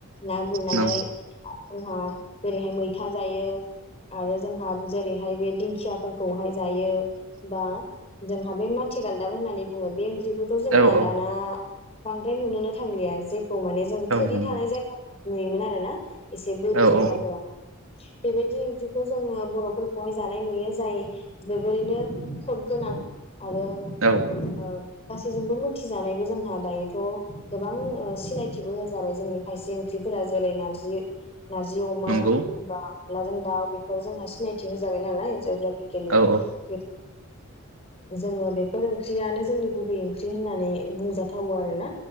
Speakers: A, on the left; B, on the right.
A: ना गुरनानै
B: नौ
A: जोंहा जेरैहाय मैथा जायो आरो जोंहा जेरैहाय बे दिंखियाफोरखौहाय जायो बा जोंहा बे माथिगालदाब होन्नानै बुङो बे ओंख्रिखौथ जोंना
B: औ औ
A: दाना बांद्राय नुनोनो थांलिया जेखौ माने जों
B: औ
A: थोरि
B: नंगौ
A: थानाय जायगाया नुयोमोन आरोना एसे बोरि
B: औ
A: जायगाफोराव
B: औ
A: बेबायदि ओंख्रिखौ जोङो बर'फोरखौहाय जानाय नुयो जाय जोबोरैनो खद गोनां आरो
B: औ।
A: ओ गासैजोंबो मोन्थिजानायबो जोंहा दायोथ‌ गोबां सिनाय थिबो होजाबाय जोंनि खायसे ओंख्रिफोरा जेरै नार्जि नार्जि अमा
B: नंगौ
A: बा अनलाजों दाउ बेफोर जोंहा सिनायथि होजाबाय नालाय <unintelligible> बेखिनि
B: औ
A: बे जोङो बेफोर ओंख्रियानो जोंनि गुबै ओंख्रि होन्नानै बुंजाथावो आरोना